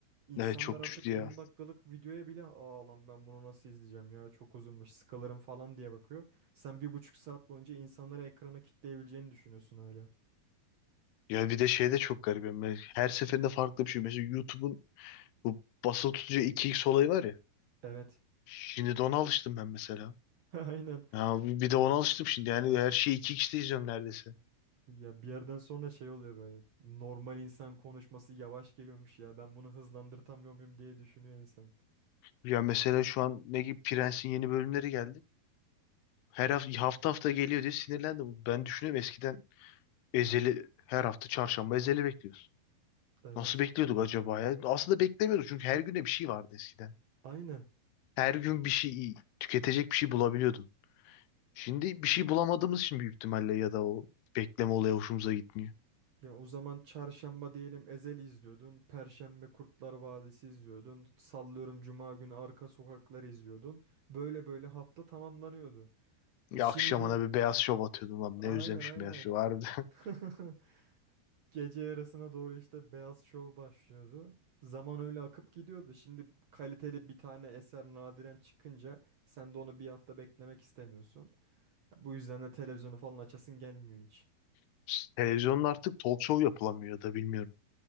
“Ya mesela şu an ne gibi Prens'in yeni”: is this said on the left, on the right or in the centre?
Left